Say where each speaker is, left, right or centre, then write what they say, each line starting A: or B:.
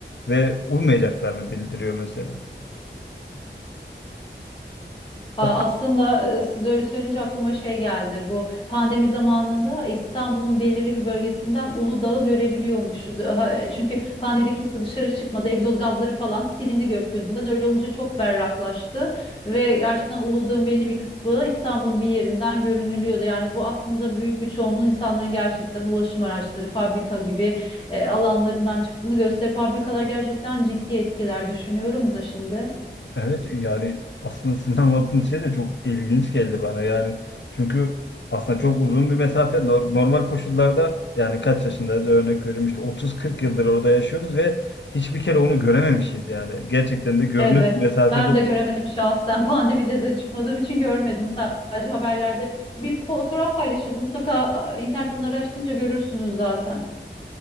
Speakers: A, on the left (about 75°); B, on the left (about 30°).
A: ve uymayacaklarını bildiriyor mesela.
B: A-
A: Hatta
B: Aslında e, siz öyle söyleyince aklıma şey geldi. Bu pandemi zamanında İstanbul'un belirli bir bölgesinden Uludağ'ı görebiliyormuşuz. Ha, e, Çünkü pandemide kimse dışarı çıkmadı. Egzoz gazları falan silindi gökyüzünden. Öyle olunca çok berraklaştı ve gerçekten Uludağ'ın belli bir kısmı İstanbul'un bir yerinden görünülüyordu. Yani bu aslında büyük bir çoğunluğun insanların gerçekten ulaşım araçları, fabrika gibi e, alanlarından çıktığını gösteriyor. Fabrikalar gerçekten ciddi etkiler düşünüyorum da şimdi.
A: evet yani aslında sizin <laughs> anlattığınız şey de çok ilginç geldi bana yani. Çünkü aslında çok uzun bir mesafe Nor- normal koşullarda yani kaç yaşındayız örnek veriyorum işte 30-40 yıldır orada yaşıyoruz ve hiçbir kere onu görememişiz yani. Gerçekten de görünür
B: Evet,
A: bir mesafede.
B: ben de göremedim şahsen. Pandemide de çıkmadığım için görmedim sadece haberlerde. Bir fotoğraf paylaşıldı. Mutlaka a, internetten araştırınca görürsünüz zaten.